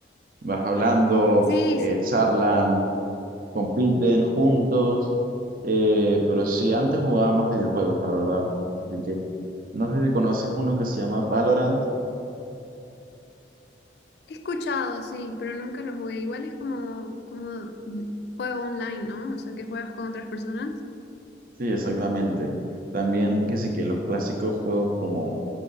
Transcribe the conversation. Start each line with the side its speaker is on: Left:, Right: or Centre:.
Right: Vas hablando,
Left: Sí,
Right: eh,
Left: sí.
Right: charlan, compiten juntos, eh, pero sí, antes jugaba más videojuegos, la verdad. Así que no sé si conoces uno que se llama Valorant.
Left: He escuchado, sí, pero nunca lo jugué. Igual es como, como juego online, ¿no? O sea, que juegas con otras personas.
Right: Sí, exactamente. También que sí que los clásicos juegos como